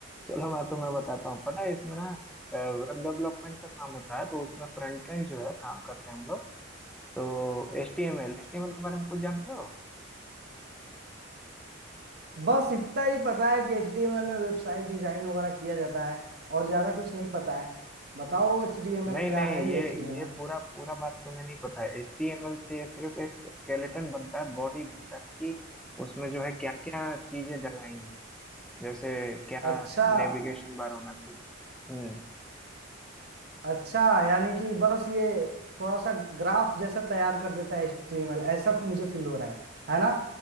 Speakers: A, in the centre; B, on the right.
A: चलो मैं तुम्हें बताता हूँ पता है इसमें ना वेब डेवलपमेंट का काम होता है तो उसमें फ्रंट एंड जो है काम करते हैं हम लोग तो एच टी एम एल एच टी एम एल के बारे में कुछ जानते हो
B: बस इतना ही पता है कि HTML में वेबसाइट डिजाइन वगैरह किया जाता है और ज्यादा कुछ नहीं पता है बताओ HTML
A: नहीं
B: क्या
A: नहीं
B: है ये
A: ये
B: HTML
A: ये पूरा पूरा बात तो मैं नहीं पता है HTML से ये सिर्फ एक स्केलेटन बनता है बॉडी बनता है कि उसमें जो है क्या क्या चीजें डलाएंगी जैसे क्या
B: अच्छा
A: नेविगेशन बार होना चाहिए हम्म
B: अच्छा यानी कि बस ये थोड़ा सा ग्राफ जैसा तैयार कर देता है HTML ऐसा मुझे फील हो रहा है है ना